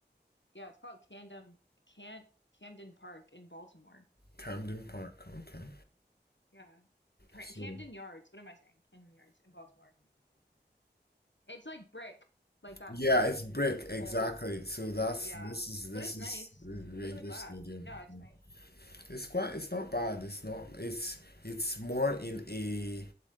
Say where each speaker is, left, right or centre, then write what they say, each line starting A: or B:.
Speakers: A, on the left (about 80°); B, on the left (about 60°).
A: Yeah, it's called Camden Can Camden Park in Baltimore.
B: Camden
A: Mm,
B: Park. Okay.
A: Yeah. Pra-
B: So
A: Camden Yards. What am I saying? Camden Yards in Baltimore. <clears throat> <laughs> It's like brick, like that
B: yeah,
A: brick
B: it's brick exactly.
A: old.
B: So that's
A: Yeah.
B: this is this
A: But it's
B: is
A: nice.
B: Rangers
A: Look at the glass.
B: Stadium.
A: Yeah, it's
B: Yeah.
A: nice.
B: It's quite. It's not bad. It's not. It's. It's more in a.